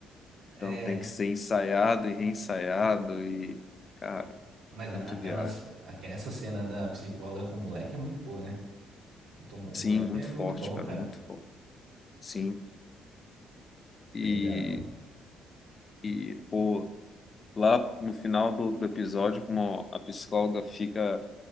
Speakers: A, on the left; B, on the right.
A: Então
B: É.
A: tem que ser ensaiado e reensaiado e, cara,
B: Mas a-
A: muito
B: aquelas,
A: viagem.
B: aque- essa cena da psicóloga com o moleque é muito boa, né? Puta, O tom-
A: Sim,
B: o moleque
A: muito
B: é
A: forte,
B: muito bom,
A: cara,
B: cara.
A: muito forte. Sim. E,
B: Legal.
A: e pô. lá no final do, do episódio, como a psicóloga fica,